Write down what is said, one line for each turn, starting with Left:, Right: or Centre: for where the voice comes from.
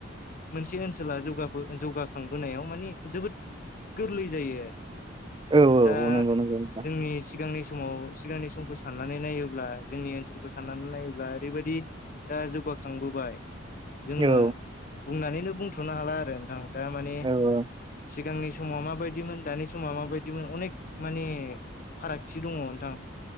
Left: मोनसे ओनसोला जौगबो जौगाखांबोनायाव माने जोबोद गोरलै जायो आरो
Right: औ
Left: दा
Right: औ नंगौ नंगौ नोंथां
Left: जोंनि सिगांनि समाव सिगांनि समखौ साननानै नायोब्ला जोंनि ओनसोलखौ साननानै नायोब्ला ओरैबायदि दा जौगाखांबोबा य जोङो
Right: औ
Left: बुंनानैनो बुंथ्र'नो हाला आरो नोंथां दा माने
Right: औ औ
Left: सिगांनि सम समाव मााबायदिमोन दानि समाव माबायदिमोन अनेक माने फारागथि दङ नोंथां।